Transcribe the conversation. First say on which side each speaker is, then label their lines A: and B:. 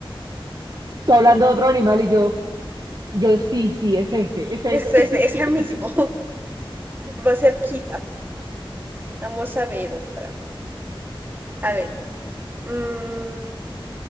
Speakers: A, on the right; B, on the right.
A: Tú hablando de otro animal y yo, yo sí, sí, es ese, es ese.
B: Es ese,
A: <laughs>
B: ese mismo. <laughs> Va cerquita. Vamos a ver otra. A ver. mm,